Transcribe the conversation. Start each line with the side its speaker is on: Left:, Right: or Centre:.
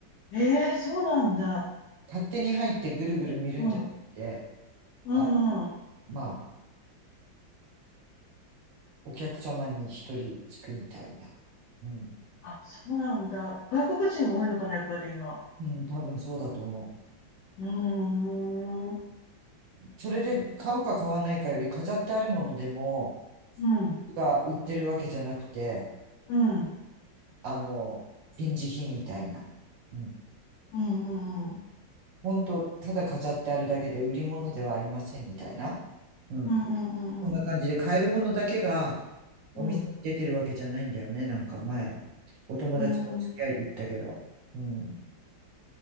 Left: えー、そうなんだ。
Right: 勝手に入ってぐるぐる見るんじゃなくて、
Left: うん。うん
Right: あ、まあ、お客様に一人つくみたいな。うん。
Left: あ、そうなんだ。外国人が多いのかな、やっぱり今。
Right: うん、多分そうだと思
Left: うーん。うん。
Right: う。それで買うか買わないかより飾ってあるものでも、
Left: うん。
Right: が売ってるわけじゃなくて、
Left: うん。
Right: あの、展示品みたいな。うん。
Left: うん。うん。
Right: 本当、ただ飾ってあるだけで売り物ではありませんみたいな。うん。
Left: うんうんうんうん。
Right: こんな感じで買えるものだけがお店に出てるわけじゃないんだよね。
Left: うん。
Right: なんか前、お友達の付き合いで言ったけど。
Left: うんうんうんうんうん
Right: うん。